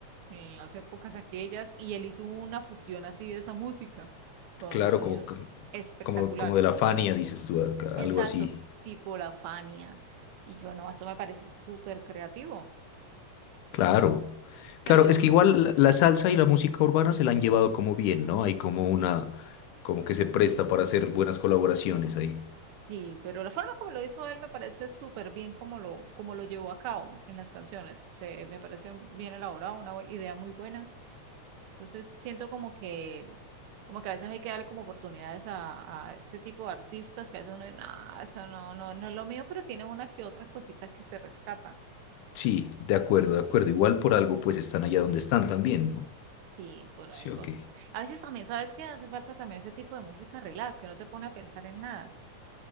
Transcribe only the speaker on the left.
Claro,
como,
como, como de la Fania, dices tú, a-
algo así.
Claro.
Claro,
es
que igual la la salsa y la música urbana se la han llevado como bien, ¿no? Hay como una, como que se presta para hacer buenas colaboraciones ahí.
Sí, de acuerdo, de acuerdo. Igual por algo pues están allá donde están también, ¿no?
Sí,
ok.